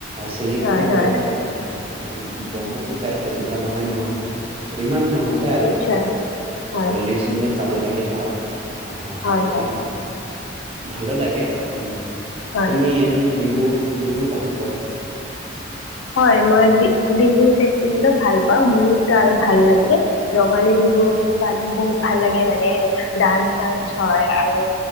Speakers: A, on the right (about 30°); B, on the left (about 85°).
A: চেলিভিত
B: হয়
A: কৰে
B: হয়
A: আৰু বম ও ফুটাই তেনেকুৱা নহয় ইমান নুফুতাই আৰু
B: আচ্ছা হয়
A: পলিউচনত চাব লাগে নহয় অ
B: হয়
A: আৰু
B: হয়
A: তেতিয়া ভালো লাগে উম।
B: হয়
A: তুমি এনে বিহু বিহু ভাল পোৱা নে?
B: হয় মই বি বিহু বিহু ভাল পাও বিহুতটো আৰু ভাল লাগে ৰঙালী বিহু বহুত ভাল লাগে মানে ডান্স চান্স হয় আৰু